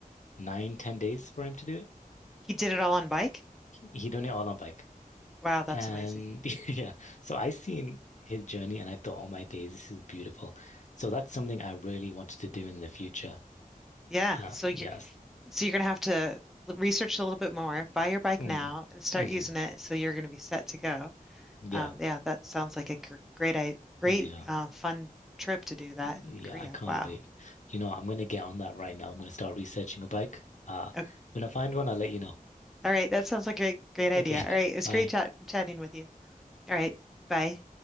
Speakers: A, on the left; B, in the centre.
A: nine ten days for him to do it
B: He did it all on bike.
A: he done it all on bike
B: Wow, that's
A: And
B: amazing.
A: <laughs> yeah, so I seen his journey and I thought, oh my days, this is beautiful. So that's something I really wanted to do in the future.
B: Yeah,
A: Uh,
B: so
A: yes.
B: you're So you're going to have to l- research a little bit more, buy your bike
A: Mm.
B: now and start
A: hmm
B: using it so you're going to be set to go.
A: Yeah.
B: Um, yeah, that sounds like a gr- great, i- great,
A: Yeah.
B: uh, fun trip to do that
A: Yeah.
B: in Korea.
A: I can't
B: Wow.
A: wait. You know, I'm going to get on that right now. I'm going to start researching a bike. Uh,
B: Okay.
A: when I find one, I'll let you know.
B: All right. That sounds like a great, great
A: <laughs>
B: idea.
A: Okay.
B: All right. It was
A: Bye.
B: great chat chatting with you. All right. Bye.